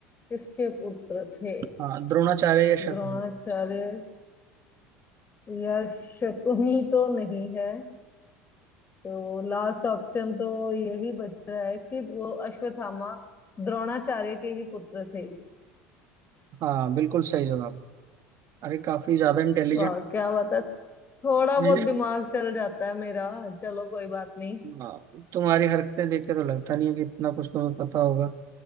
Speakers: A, on the left (about 30°); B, on the right (about 50°).
A: किसके पुत्र थे
B: हाँ द्रोणाचार्य या शकुनी
A: द्रोणाचार्य या शकुनी तो नहीं है तो लास्ट ऑप्शन तो यही बच रहा है कि वो अश्वत्थामा द्रोणाचार्य के ही पुत्र थे
B: हाँ बिल्कुल सही जवाब अरे काफी ज्यादा इंटेलिजेंट
A: वाह क्या बता थोड़ा
B: मैंने
A: बहुत दिमाग चल जाता है मेरा चलो कोई बात नहीं
B: हाँ, तुम्हारी हरकतें देख के तो लगता नहीं है कि इतना कुछ तुम्हें पता होगा